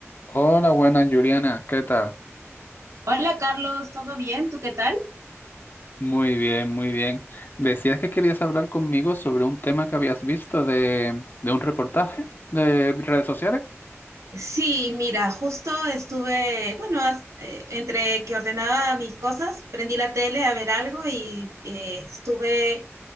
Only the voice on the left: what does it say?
Hola, buenas, Juliana. ¿Qué tal?
Muy bien, muy bien. Decías que querías hablar conmigo sobre un tema que habías visto de, de un reportaje de redes sociales.